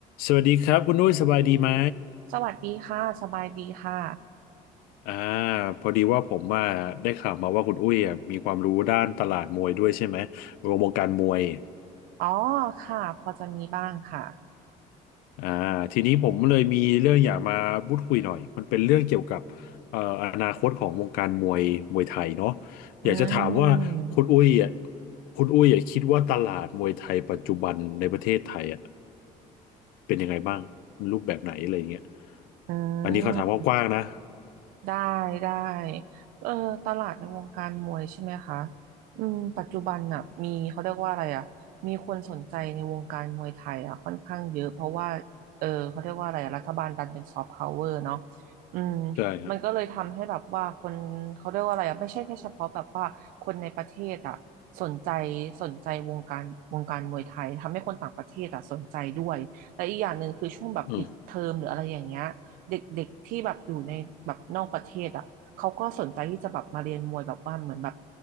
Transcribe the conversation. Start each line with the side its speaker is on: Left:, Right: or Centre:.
Left: สวัสดีครับคุณอุ้ยสบายดีไหม
Right: สวัสดีค่ะสบายดีค่ะ
Left: อ่าพอดีว่าผมว่าได้ข่าวมาว่าคุณอุ้ยอ่ะมีความรู้ด้านตลาดมวยด้วยใช่ไหมรวมวงการมวย
Right: อ๋อค่ะพอจะมีบ้างค่ะ
Left: อ่าทีนี้ผมเลยมีเรื่องอยากมาพูดคุยหน่อยมันเป็นเรื่องเกี่ยวกับเอ่ออนาคตของวงการมวยมวยไทยเนาะอยากจะถามว่าคุณอุ้ยอ่ะ
Right: อืม
Left: คุณอุ้ยอ่ะคิดว่าตลาดมวยไทยปัจจุบันในประเทศไทยอ่ะเป็นยังไงบ้างรูปแบบไหนอะไรอย่างเงี้ย
Right: อื
Left: อันนี้เขาถามกว้างๆนะ
Right: ม ได้ได้เออตลาดในวงการมวยใช่ไหมคะอืมปัจจุบันน่ะมีเขาเรียกว่าอะไรอ่ะมีคนสนใจในวงการมวยไทยอ่ะค่อนข้างเยอะเพราะว่าเออเขาเรียกว่าอะไรอะรัฐบาลดันเป็นซอฟต์พาวเวอร์เนาะอืม
Left: ใช่ครับ
Right: มันก็เลยทำให้แบบว่าคนเขาเรียกว่าอะไรอ่ะไม่ใช่แค่เฉพาะแบบว่าคนในประเทศอ่ะสนใจสนใจวงการวงการมวยไทยทำให้คนต่างประเทศอ่ะสนใจด้วยและอีกอย่างหนึ่งคือช่วงแบบปิดเทอมหรืออะไรอย่างเงี้ย
Left: อืม
Right: เด็กๆที่แบบอยู่ในแบบนอกประเทศอ่ะเขาก็สนใจที่จะแบบมาเรียนมวยแบบว่าเหมือนแบบ